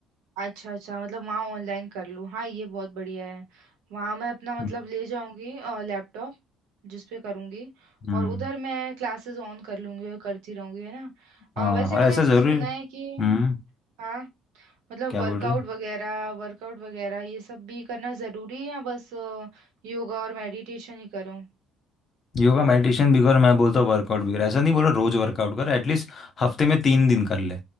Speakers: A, on the right (about 85°); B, on the left (about 45°).
A: अच्छा अच्छा मतलब वहाँ ऑनलाइन कर लूँ हाँ ये बहुत बढ़िया है वहाँ मैं अपना मतलब
B: हम्म
A: ले जाऊंगी लैपटॉप जिस पे करूंगी
B: हम्म,
A: और उधर मैं क्लासेस ऑन कर लूंगी और करती रहूंगी है ना अ,
B: हाँ
A: वैसे
B: और
A: मैंने
B: ऐसा
A: ऐसा
B: ज़रूरी
A: सुना है कि
B: हम्म
A: हाँ मतलब
B: क्या
A: वर्कआउट
B: बोल रही है
A: वगैरह वर्कआउट वगैरह ये सब भी करना जरूरी है या बस अ, योगा और मेडिटेशन ही करूं
B: योगा मेडिटेशन भी कर मैं बोलता हूँ वर्कआउट भी कर ऐसा नहीं बोल रहा रोज़ वर्कआउट कर एटलीस्ट हफ्ते में तीन दिन कर ले